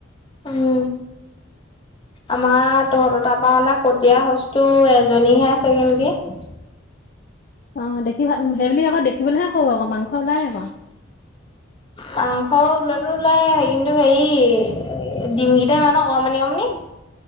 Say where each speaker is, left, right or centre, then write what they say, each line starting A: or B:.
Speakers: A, on the left (about 45°); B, on the left (about 25°).
A: <inaudible>
B: উম আমাৰ তহঁতৰ তাৰপৰা অনা কটীয়া সছটো এজনীহে আছেগে নেকি।
A: অঁ দেখি ভাল সেইবুলি আক' দেখিবলৈহে সৰু আক' মাংস ওলাই আক'।
B: মাংস ওলোৱাটো ওলাই কিন্তু হেৰি ডিমকেইটা ইমান অকমানি অকমানি।